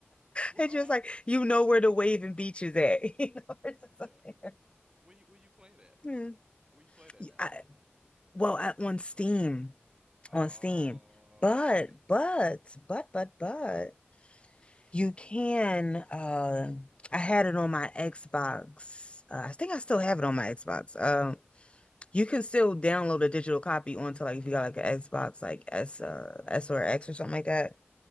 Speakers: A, on the right; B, on the left.
A: Well,
B: It's
A: um,
B: just like you know where the waving beach is at. <laughs> You know, it's just
A: yeah.
B: up there.
A: Where you where you play that?
B: Hmm.
A: Where you play that now?
B: I, well, I, on Steam,
A: Oh,
B: on Steam. But,
A: okay.
B: but, but, but, but, you can. Uh, I had it on my Xbox. Uh, I think I still have it on my Xbox. Um, You can still download a digital copy onto like if you got like an Xbox like S uh S or X or something like that.